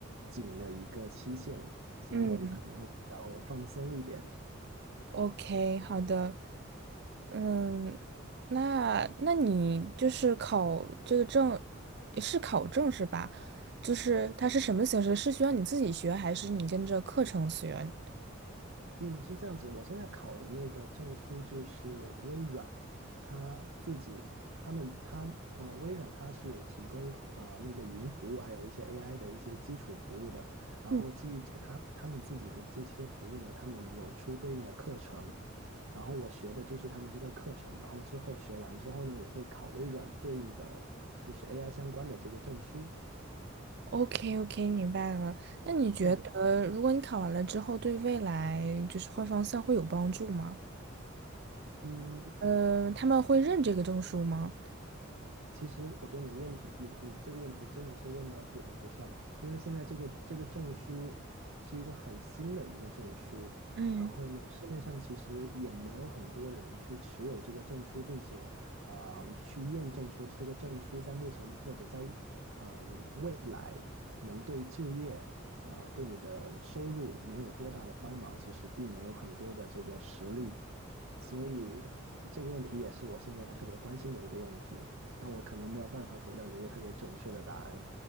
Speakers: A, on the right; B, on the right.
A: 紧的一个期限，所以我就可能会比较放松一点。
B: 嗯，OK，好的。嗯，那那你就是考这个证，是考证是吧？就是它是什么形式？是需要你自己学，还是你跟着课程学
A: 嗯，是这样子。我现在考的那个证书就是微软，它自己，他们，它，呃，微软它是有提供呃那个云服务，还有一些 AI 的一些基础服务的。然后基于这，
B: 嗯，
A: 它他们自己的这些服务呢，他们有出对应的课程。然后我学的就是他们这个课程，然后之后学完之后呢，也会考微软对应的就是 AI 相关的这个证书。
B: ？OK OK，明白了。那你觉得，
A: 嗯
B: 如果你考完了之后，对未来就是换方向会有帮助吗？
A: 嗯，
B: 嗯，他们会认这个证书吗？
A: 其实我觉得你问你你这个问题真的是问到点子上，因为现在这个这个证书是一个很新的一个证书，
B: 嗯。
A: 然后呢，市面上其实也没有很多人去持有这个证书，并且啊、呃去验证说这个证书在目前或者在嗯、未来能对就业啊、呃对你的收入能有多大的帮忙，其实并没有很多的这个实例所以这个问题也是我现在特别关心的一个问题，但我可能没有办法给到你一个特别准确的答案。